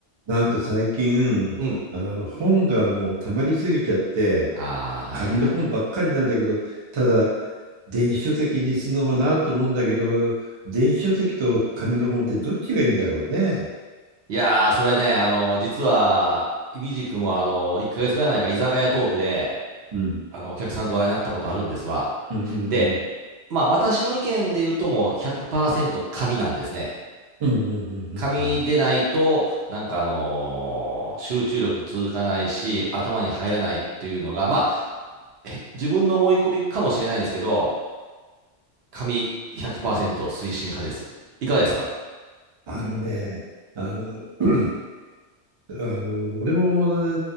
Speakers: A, on the right; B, on the right.
A: なんか最近、
B: うん。
A: あー、本がもう溜まりすぎちゃって、
B: ああ、はいはい。
A: 紙の本ばっかりなんだけど、ただ、電子書籍にするのもなと思うんだけど、電子書籍と紙の本ってどっちがいいんだろうね。
B: いやー、それね、あの、実は、いみじくも、あの、1ヶ月くらい前か、居酒屋トークで、
A: うん。
B: あの、お客さんと話題になったことあるんですわ。
A: うんうんうん。
B: で、まあ、私の意見で言うともう100%紙なんですね。
A: うんうんうんうんうんうん。
B: 紙でないと、なんかあのー集中力続かないし、頭に入らないっていうのが、まあ、自分の思い込みかもしれないんですけど、紙100%推進派です。いかがですか
A: あのね、あの、<clears throat> あの俺も7、